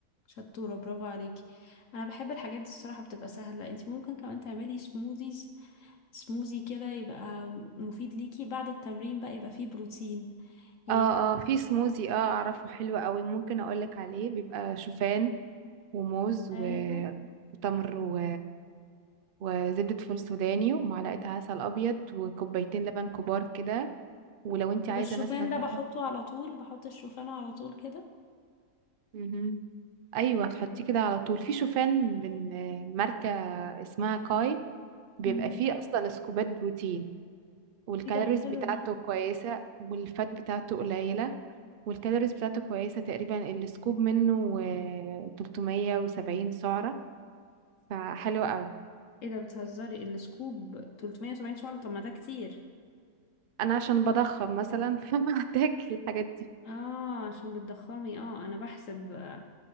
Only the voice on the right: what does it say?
اه اه في سموزي اه اعرفه حلو قوي ممكن اقولك عليه بيبقى شوفان وموز و-
وتمر و... وزبدة فول سوداني ومعلقة عسل أبيض وكوبايتين لبن كبار كده ولو انت
عايزة
مثلا
تحط
مهم. أيوة تحطيه كده على طول في شوفان من آه، ماركة اسمها كاي بيبقى
فيه أصلا سكوبات بروتين والكالوريز
بتاعته
كويسة والفات بتاعته قليلة والكالوريز بتاعته كويسة تقريبا السكوب منه آه، 370 سعرة فحلو قوي
أنا عشان بضخم مثلا <laughs> فبحتاج الحاجات دي